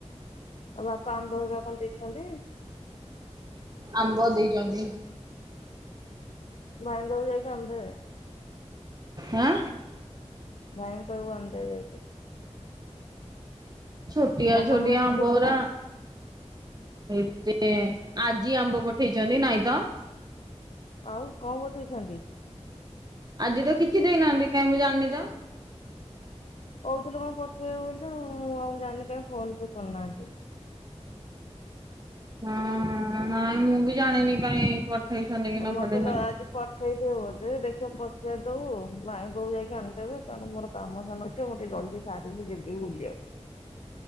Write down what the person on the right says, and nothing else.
ଆମ୍ବ ଦେଇଛନ୍ତି।
ହଁ।
ଛୋଟିଆ
ଛୋଟିଆ
ଆମ୍ବ
ଉରା।
ଏତେ ଆଜି ଆମ୍ବ ପଠେଇଛନ୍ତି ନାଇଁ ତ।
ଆଜି ତ କିଛି ଦେଇନାହାନ୍ତି କାଇଁ ମୁଁ ଜାଣିନି ତ।
ହଁ ନାଇଁ ମୁଁ ବି ଜାଣିନି କାଇଁ। ପଠେଇଛନ୍ତି କି ନ ପଠେଇଛନ୍ତି।